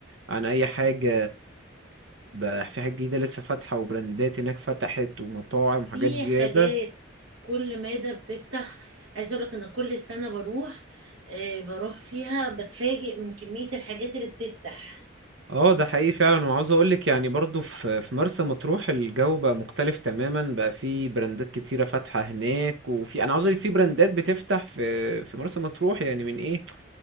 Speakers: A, on the right (about 65°); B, on the right (about 80°).
A: عن اي حاجة بقى في حاجات جديدة لسه فاتحة وبراندات هناك فتحت ومطاعم وحاجات
B: في
A: زيادة
B: حاجات كل مادة بتفتح عايزة اقولك ان كل سنة بروح آه، بروح فيها بتفاجئ من كمية الحاجات اللي بتفتح
A: اه ده حقيقي فعلا وعاوز اقولك يعني برضو في في مرسى مطروح الجو بقى مختلف تماما بقى في براندات كتيرة فاتحة هناك وفي انا عاوز اقولك في براندات بتفتح في في مرسى مطروح يعني من ايه